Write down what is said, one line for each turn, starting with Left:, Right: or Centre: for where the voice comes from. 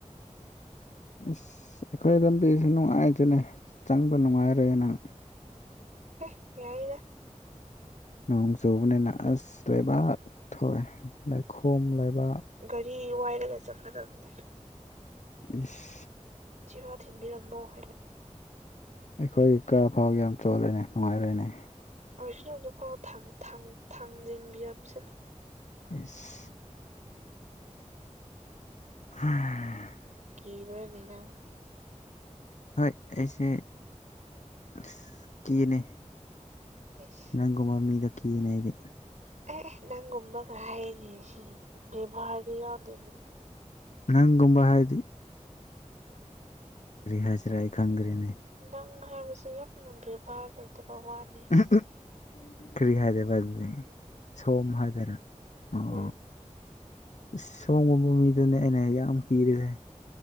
Left: ꯑꯁ ꯑꯩꯈꯣꯏ ꯂꯝꯕꯤꯁꯨ ꯅꯨꯡꯉꯥꯏꯇꯦꯅꯦ ꯆꯪꯕ ꯅꯨꯡꯉꯥꯏꯔꯦ ꯅꯪ
Right: ꯍ ꯌꯥꯏꯒ
Left: ꯅꯣꯡ ꯆꯨꯕꯅꯤꯅꯥ ꯑꯁ ꯂꯩꯕꯥꯛ ꯊꯣꯛꯑꯥ ꯂꯥꯏꯈꯣꯝ ꯂꯩꯥꯏꯕ
Right: ꯒꯥꯔꯤ ꯋꯥꯏꯔꯒ ꯆꯪꯒꯗꯕꯅꯦ꯫
Left: ꯏꯁ꯫
Right: ꯁꯤꯕꯥꯎ ꯊꯤꯟꯕꯤꯔꯝꯃꯣ ꯍꯥꯏꯗ꯫
Left: ꯑꯩꯈꯣꯏ ꯀꯥ ꯐꯥꯎꯒꯤ ꯌꯥꯝ ꯆꯣꯂꯦꯅꯦ ꯅꯨꯡꯉꯥꯏꯔꯣꯏꯅꯦ꯫
Right: ꯑꯁꯨꯗꯨꯐꯥꯎ ꯊꯥꯡ ꯊꯥꯡ ꯊꯥꯡꯖꯤꯡꯕꯤꯔꯝꯁꯅꯨ꯫
Left: ꯏꯁ꯫ ꯑꯗꯨꯗꯤ
Right: ꯀꯤꯕ꯭ꯔꯅꯦ ꯅꯪ꯫
Left: ꯍꯣꯏ ꯑꯩꯁꯦ ꯑꯁ ꯀꯦꯅꯦ꯫
Right: ꯏꯁ꯫
Left: ꯅꯪꯒꯨꯝꯕ ꯃꯤꯗ ꯀꯤꯅꯦ ꯑꯩꯗꯤ
Right: ꯑꯦ ꯑꯦ ꯅꯪꯒꯨꯝꯕꯒ ꯍꯥꯏꯅꯤ ꯁꯤ ꯕꯦꯕꯔꯗꯤ ꯌꯥꯎꯗꯅꯦ
Left: ꯅꯪꯒꯨꯝꯕ ꯍꯥꯏꯗꯤ ꯀꯔꯤꯍꯥꯏꯖꯤꯔꯥ ꯑꯩ ꯈꯡꯗꯔ꯭ꯦꯅꯦ
Right: ꯅꯪ ꯍꯥꯏꯕꯁꯦ ꯌꯥꯝꯅ ꯕꯦꯕꯥꯔ ꯂꯩꯇꯕ ꯋꯥꯅꯦ꯫
Left: ꯑꯥꯍꯝ ꯑꯥꯍꯝ ꯀꯔꯤ ꯍꯥꯏꯗꯨꯕ ꯑꯗꯨꯗꯤ꯫ ꯁꯣꯝ ꯍꯥꯏꯗꯨꯔ ꯑꯣ꯫
Right: ꯎꯝ
Left: ꯑꯁ ꯁꯣꯝ ꯒꯨꯝꯕ ꯃꯤꯗꯨꯅꯦ ꯑꯩꯅ ꯌꯥꯝ ꯀꯤꯔꯤꯁꯦ